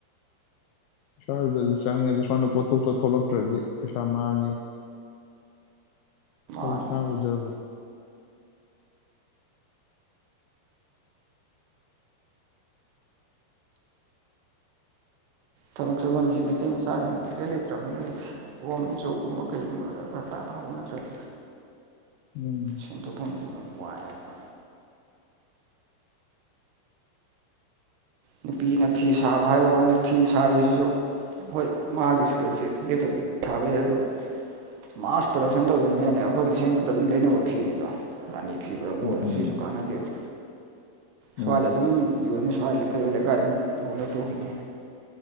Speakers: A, on the left (about 85°); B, on the right (about 80°).
A: ꯕꯤꯁꯥꯜꯗꯖꯨ ꯆꯪꯉꯦ ꯑꯗꯣ ꯁꯣꯟꯗ ꯄꯣꯠꯊꯣꯛꯇꯣ ꯊꯣꯛꯂꯛꯇ꯭ꯔꯗꯤ ꯄꯩꯁꯥ ꯃꯥꯡꯉꯦ
B: ꯃꯥꯡꯉꯦ
A: ꯈꯣꯏ ꯏꯁꯥꯥꯅ ꯎꯖꯕꯗꯤ
B: ꯊꯕꯛ ꯆꯪꯕꯝꯖꯦ ꯃꯩꯇꯩ ꯃꯆꯥꯖꯤꯡꯖꯦ ꯏꯂꯩ ꯂꯩꯇ꯭ꯔꯝꯅꯤꯅꯦ ꯍꯧꯖꯤꯛꯖꯦ ꯒꯣꯔꯃꯦꯟ ꯖꯣꯞ ꯀꯨꯝꯕ ꯀꯩꯒꯨꯝꯕ ꯈꯔ ꯇꯥꯅꯍꯧꯕ ꯅꯠꯇ꯭ꯔꯗꯤ
A: ꯎꯝ
B: ꯁꯦꯟꯊꯣꯛꯐꯝꯖꯦ ꯌꯥꯝ ꯋꯥꯏꯑꯦꯕ ꯅꯨꯄꯤꯅ ꯐꯤ ꯁꯥꯕ ꯍꯥꯏꯕ ꯋꯥꯅꯤ ꯐꯤ ꯁꯥꯔꯤꯁꯤꯁꯨ ꯍꯣꯏ ꯃꯥꯒꯤ ꯏꯁꯀꯤꯜꯁꯦ ꯂꯦꯞꯇꯕꯤ ꯊꯥꯕ ꯌꯥꯏ ꯑꯗꯨꯕꯨ ꯃꯥꯁ ꯄ꯭ꯔꯗꯛꯁꯟ ꯇꯧꯗꯕꯅꯤꯅꯅꯦ ꯑꯩꯈꯣꯏ ꯃꯁꯦꯟ ꯈꯛꯇ ꯑꯗꯨꯝ ꯂꯩꯅꯕ ꯐꯤꯅꯤꯗꯣ ꯔꯥꯅꯤ ꯐꯤ ꯑꯣꯏꯔꯕꯨ ꯑꯣꯏꯔꯁꯨ
A: ꯎꯝ
B: ꯁꯤꯁꯨ ꯀꯥꯟꯅꯗꯦꯕ ꯁ꯭ꯋꯥꯏꯗ
A: ꯎꯝ
B: ꯑꯗꯨꯝ ꯌꯣꯟꯅꯤ ꯁ꯭ꯋꯥꯏ ꯂꯩ ꯀꯩꯔꯣꯏ ꯂꯩꯀꯥꯏꯗ ꯑꯗꯨꯝ ꯌꯣꯜꯂ ꯇꯣꯛꯈꯤꯅꯤ